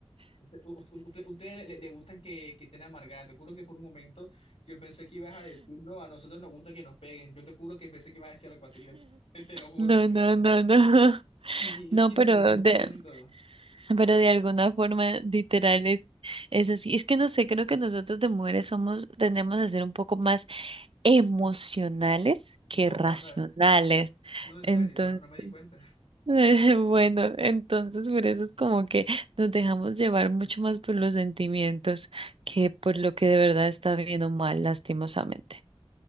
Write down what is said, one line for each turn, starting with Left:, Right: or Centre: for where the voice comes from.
Left: U- u- Usted, ustedes le, le- le gustan que, que estén amargadas. Te juro que por un momento yo pensé que ibas a decir, no, a nosotros nos gusta que nos peguen. Yo te juro que pensé que ibas a decir algo así, yo te, te lo juro.
Right: No, no, no, no.
Left: Y, y es
Right: No,
Left: que
Right: pero
Left: no, no entiendo.
Right: de, pero de alguna forma literal es, es así. Es que no sé, creo que nosotros de mujeres somos, tendemos a ser un poco más emocionales que
Left: No,
Right: racionales.
Left: ¿verdad? No, en
Right: entonces
Left: serio, no, no, no me di cuenta.
Right: <laughs> Eh, Bueno, entonces por eso es como que nos dejamos llevar mucho más por los sentimientos que por lo que de verdad está bien o mal, lastimosamente.